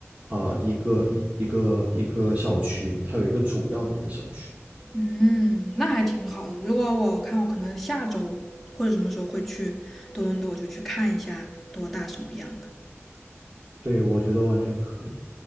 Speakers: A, on the right (about 25°); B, in the centre.
A: 啊、呃一个一一个一个校区，它有一个主要的一个校区。
B: 嗯，那还挺好的。如果我看我可能下周或者什么时候会去多伦多，我就去看一下多大什么样的。
A: 对，我觉得完全可以。